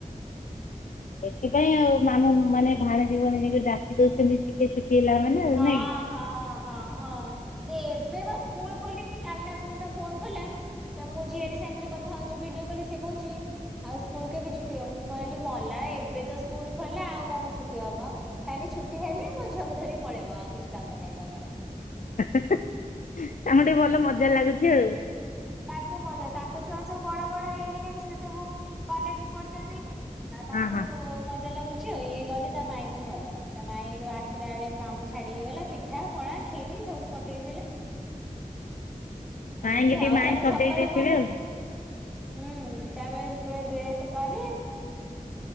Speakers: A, on the left; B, in the centre.
A: ସେଥିପାଇଁ ଆଉ ମାମୁଁ ମାନେ ଭାଣଜି ଭଉଣୀ ଡାକି ଦଉଚନ୍ତି ଟିକେ ଛୁଟି ହେଲା ମାନେ ଆଉ
B: ହଁ
A: ନାଇଁକି।
B: ହଁ ହଁ ହଁ ଏବେବା ସ୍କୁଲ୍ ଖୋଲିଚି କାଲିନା କୋଉ ଫୋନ୍ କଲା ତା ମୁଁ ଝିଆରି ସାଙ୍ଗରେ କଥା ହଉଚି ଭିଡିଓ କଲରେ ଶିଏକହୁଚ। ଆଉ ସ୍କୁଲ କେବେ ଛୁଟି ହବ, ମୁଁ କହିଲି ମଲା ଏବେତ ସ୍କୁଲ୍ ଖୋଲିଲା, ଆଉ କଣ ଛୁଟି ହବ। ଖାଲି ଛୁଟି ହେଲେ ମୋ ଝୁଅକୁ ଧରି ପଳେଇବ, ଆଉ କିଛି କାମ ନାହିଁ ତମର।
A: ତାଙ୍କୁ ଟିକେ ଭଲ ମଜା ଲାଗୁଚି ଆଉ।
B: ତାଙ୍କୁ ମଜା ତାଙ୍କ ଛୁଆ ସବୁ ବଡ଼ ବଡ଼ ହେଇଗଲେଣି, ସେ ସବୁ କଲେଜ୍ ପଢ଼ୁଚନ୍ତି। ଆଉ ତାଙ୍କୁ
A: ହଁ ହଁ
B: ମଜା ଲାଗୁ ଚି ଆଉ, ଇଏ ଗଲେ ତା ମାଇଁକୁ ଭଲ, ତା ମାଇଁର ଆସିଲା ବେଳେ ମାମୁ ଛାଡ଼ିକି ଗଲା ପିଠାପଣା, କ୍ଷୀରି ସବୁ ପଠେଇଥିଲୁ। ଏମିତି
A: ମାଇଁକି ଟି
B: ଆଉ
A: ମାଇଁ
B: ତମେ ସକାଳୁ
A: ସଜେଇ ଦେଇଥିବେ
B: କଣ
A: ଆଉ।
B: ହୁଁ, ତା ପାଇଁ ପୁଳାଏ ଡ୍ରେସ୍ କରି